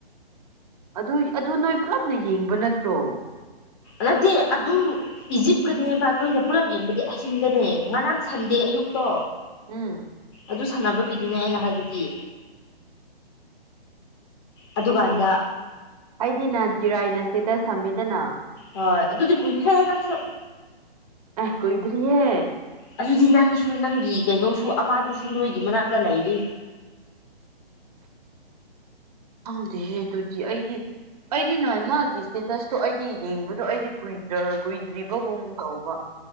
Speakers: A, on the right; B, on the left.
A: ꯑꯗꯨ ꯑꯗꯨ ꯅꯣꯏ ꯄꯨꯂꯞꯅ ꯌꯦꯡꯕ ꯅꯠꯇ꯭ꯔꯣ
B: ꯅꯠꯇꯦ ꯑꯗꯨ ꯏꯖꯤꯞꯀꯅꯦꯕ ꯑꯩꯈꯣꯏꯅ ꯄꯨꯂꯞ ꯌꯦꯡꯕꯗꯤ ꯑꯟꯒꯅꯦ ꯉꯔꯥꯡ ꯁꯟꯗꯦ ꯑꯌꯨꯛꯇꯣ
A: ꯎꯝ
B: ꯑꯗꯨ ꯁꯥꯟꯅꯕꯒꯤꯗꯨꯅꯦ ꯑꯩꯅ ꯍꯥꯏꯕꯗꯤ ꯑꯗꯨꯀꯥꯟꯗ
A: ꯑꯣ ꯑꯩꯗꯤ ꯅꯟ ꯆꯤꯔꯥꯏꯅ ꯏꯁꯇꯦꯇꯁ ꯊꯝꯃꯦꯗꯅ
B: ꯍꯣꯏ ꯑꯗꯨꯗꯤ ꯀꯨꯏ ꯈꯥꯏ ꯍꯥꯏꯦꯅ ꯁꯨ
A: ꯑ ꯀꯣꯏꯗ꯭ꯔꯤꯌꯦ
B: ꯑꯗꯨꯗꯤ ꯅꯪꯁꯨ ꯅꯪꯒꯤ ꯀꯩꯅꯣꯁꯨ ꯑꯃꯗꯨꯁꯨ ꯅꯣꯏꯒꯤ ꯃꯅꯥꯛꯇ ꯂꯩꯔꯤ
A: ꯈꯪꯗꯦꯍꯦ ꯑꯗꯨꯗꯤ ꯑꯩꯗꯤ ꯑꯩꯗꯤ ꯅꯍꯥꯟ ꯃꯥꯒꯤ ꯏꯁꯇꯦꯇꯁꯇꯣ ꯑꯩꯗꯤ ꯌꯦꯡꯕꯗꯣ ꯑꯩꯗꯤ ꯀꯨꯏ ꯀꯨꯏꯗ꯭ꯔꯤꯕꯒꯨꯝ ꯀꯧꯕ